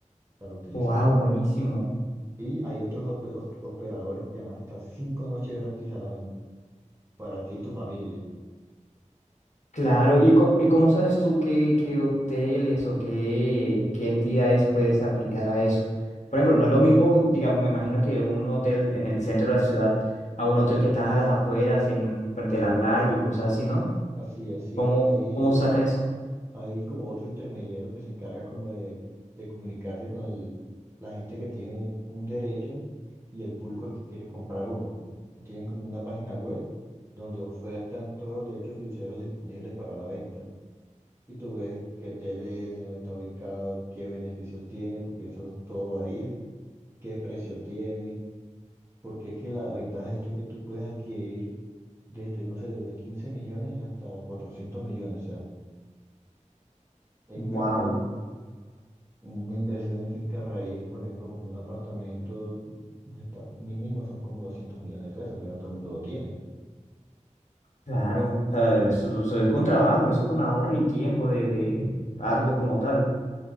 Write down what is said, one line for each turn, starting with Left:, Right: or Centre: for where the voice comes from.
Right: para utilizar.
Left: Wow, buenísimo.
Right: Y hay otros ope- ot- operadores que dan hasta cinco noches gratis al año para ti y tu familia.
Left: Claro, ¿y, co- y cómo sabes tú qué, qué hoteles o qué, qué entidades puedes aplicar a eso? Por ejemplo, no es lo mismo, digamos, me imagino que un hotel en el centro de la ciudad a un hotel que está a las afueras, en frente a la playa y cosas así, ¿no?
Right: Así es, sí,
Left: ¿Cómo,
Right: hay,
Left: cómo saca eso?
Right: hay como otro intermediario que se encarga como de, de comunicarse con el- la gente que tiene un derecho y el público que quiere comprar uno. Entonces tienen como una página web donde ofertan todos los derechos fiduciarios disponibles para la venta. Y tú ves qué tele es, en dónde está ubicado, qué beneficios tiene, porque eso todo varía, qué precio tiene, porque es que la ventaja de esto es que tú puedes adquirir desde, no sé, desde 15 millones hasta 400 millones. O sea, en
Left: Wow,
Right: cambio... Una inversión en finca raíz, por ejemplo, comprar un apartamento, pues, está- mínimo son como 200 millones de pesos, que no todo el mundo lo tiene.
Left: claro, o sea, eso, eso es con trabajo, eso es con ahorro y tiempo de, de arduo como tal.